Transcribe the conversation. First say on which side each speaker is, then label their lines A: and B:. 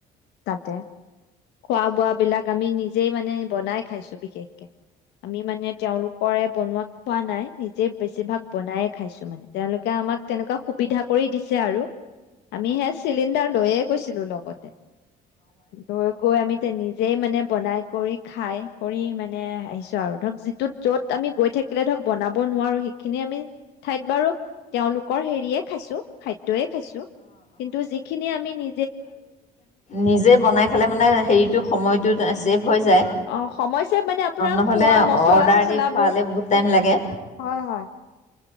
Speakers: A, on the left (about 90°); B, on the left (about 45°).
A: তাতে খোৱা বোৱা বিলাক আমি নিজে মানে বনাই খাইছো বিশেষ কে আমি মানে তেওঁওলোকৰে বনোৱা পোৱা নাই নিজে বেছিভাগ বনায়ে খাইছো মানে তেওঁলোকে আমাক তেনেকুৱা সুবিধা কৰি দিছে আৰু আমি হে চিলিণ্ডাৰ লৈ এক ো লগতে গৈ গৈ আমি নিজে মানে বনাই কৰি খাই কৰি মানে আহিছো আৰু ধৰক যিটোত য'ত আমি গৈ থাকিলে ধৰক বনাব নোৱাৰো সেইখিনি আমি ঠাইত বাৰু তেওঁলোকৰ হেৰিয়ে খাইছো খাদ্য য় খাইছো কিন্তু যিখিনি আমি নি
B: নিজে বনাই খালে মানে হেৰিটো সময়টো ছেভ হৈ যায়
A: অ সময় ছেভ মানে আপোনাৰ
B: নহ'লে
A: খোৱা মচলা
B: অৰ্ডাৰ
A: চচলাবোৰ
B: দি খোৱালে বহুত টাইম লাগে
A: হয় হয়